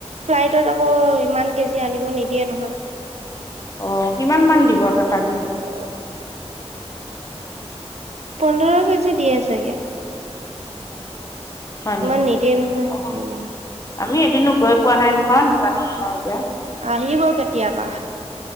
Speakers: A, on the right; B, on the left.
A: ফ্লাইটত আকৌ ইমান কেজি আনিব নিদিয়ে নহয়।
B: অ, কিমান মান দিব তথাপিও?
A: অ পোন্ধৰ কেজি দিয়ে চাগে।
B: হয়
A: ইমান
B: নেকি?
A: নিদিয়ে নহয়
B: অ
A: উম
B: আমি এদিনো গৈ পোৱা নাই নহয়, নাজানো নহয়। এতিয়া
A: আহিব কেতিয়াবা।